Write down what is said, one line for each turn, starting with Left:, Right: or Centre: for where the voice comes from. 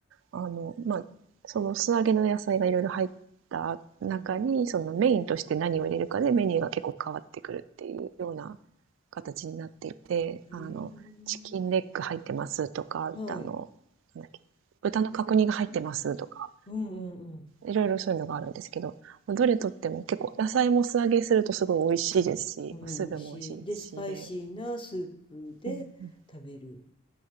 Right: あの、まあ、その素揚げの野菜がいろいろ入った中に、
Left: うん、
Right: そのメインとして何を入れるかでメニューが結構変わってくるっていうような形になっていて、
Left: へえ、
Right: あの、チキンレッグ入ってますとか、
Left: はい、
Right: あの、なんだっけ、豚の角煮が入ってますとか、
Left: うんうんうんはい聞いてはい
Right: いろいろそういうのがあるんですけど、どれとっても結構野菜も素揚げするとすごい美味しいですし、
Left: おーうん、
Right: スープも美味しいですしで、
Left: 美味しい。で、スパイシーなスープで食べる。
Right: うんうん